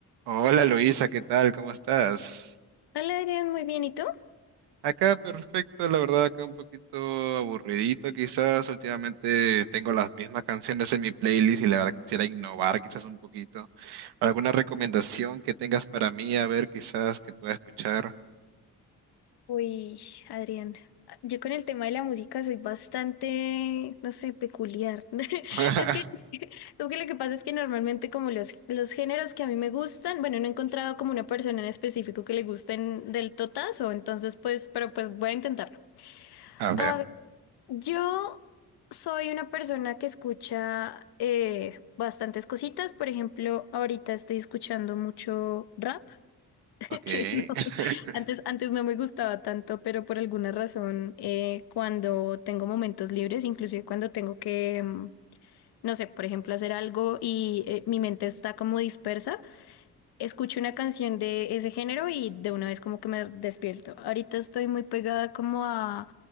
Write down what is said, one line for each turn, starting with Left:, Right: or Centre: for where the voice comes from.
Right: Hola Luisa, ¿qué tal? ¿Cómo estás?
Left: Hola Adrián, muy bien, ¿y tú?
Right: Acá perfecto, la verdad, acá un poquito aburridito quizás. Últimamente tengo las mismas canciones en mi playlist y la verdad quisiera innovar quizás un poquito. ¿Alguna recomendación que tengas para mí? A ver, quizás que pueda escuchar.
Left: Uy, Adrián, yo con el tema de la música soy bastante, no sé, peculiar. <laughs>
Right: <laughs>
Left: Es que, es que lo que pasa es que normalmente como los, los géneros que a mí me gustan, bueno, no he encontrado como una persona en específico que le gusten del totazo, entonces pues, pero pues voy a intentarlo.
Right: A ver,
Left: A ver, yo soy una persona que escucha eh, bastantes cositas, por ejemplo, ahorita estoy escuchando mucho rap. <laughs>
Right: ok.
Left: que no,
Right: <laughs>
Left: antes, antes no me gustaba tanto, pero por alguna razón, eh, cuando tengo momentos libres, inclusive cuando tengo que, mm, no sé, por ejemplo, hacer algo y eh, mi mente está como dispersa, escucho una canción de ese género y de una vez como que me despierto. Ahorita estoy muy pegada como a